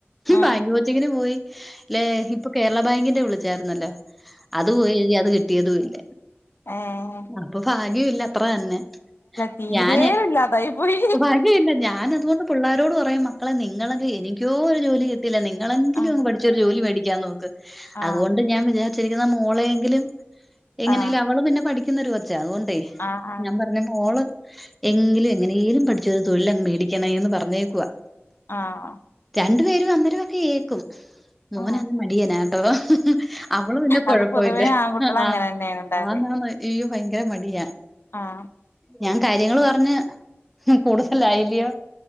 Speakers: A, on the left (about 60°); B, in the centre.
A: ആ
B: ബാങ്ക് കൊച്ചിങ്ങിന് പോയി ല്ലെ ഇപ്പൊ കേരള ബാങ്കിന്റെ വിളിച്ചായിരുന്നല്ലോ അത് പോയി നോക്കി അത് കിട്ടിയതും ഇല്ല
A: ഏഹ്
B: അപ്പൊ ഭാഗ്യം ഇല്ല അത്ര തന്നെ
A: തീരെ
B: ഞാന്
A: ഇല്ലാതായി പോയി
B: ഭാഗ്യ ഇല്ല ഞൻ അതുകൊണ്ട് പുള്ളാരരോട് പറയും മക്കളെ നിങ്ങളെങ്കിലും എനിക്കോ ഒരു ജോലി കിട്ടല്ല നിങ്ങളെങ്കിലും
A: ആ
B: പഠിച്ച ജോലി മേടിക്യാനോക്ക്
A: ആ
B: അതുകൊണ്ട് ഞാൻ വിജാര്ച്ചിരിക്കുന്ന മോളെങ്കിലും എങ്ങനെങ്കിലു
A: ആ
B: അവള് പിന്നെ പഠിക്യുന്നൊരു കൊച്ചാ അത്കൊണ്ടേയ്
A: ആഹ് അഹ്
B: പർഞ്ഞപ്പോള് എങ്കിലു എങ്ങനെലും പഠിച്ചൊരു തൊഴിലഅങ്ങ് മേടിക്യ നേന്ന് പറഞ്ഞേക്കുവാ
A: ആഹ്
B: രണ്ട് പേരും അന്നേരവൊക്കെ ഏക്കും മോനന്ന്
A: ആ
B: മടിയനാട്ടോ അവള് പിന്നെ കൊഴപൊല്ല
A: അത് പൊതുവേ ആൺകുട്ടികൾ
B: അഹ്
A: അങ്ങനെ
B: ആഹ്
A: തന്നെയാണ് ഉണ്ടാവല്
B: ആന്നാന്ന് ഈ ഭയങ്കര മടിയാ
A: ആഹ്
B: ഞാൻ കാര്യങ്ങള് പർഞ്ഞ് ഹും കൂടുതലായില്യോ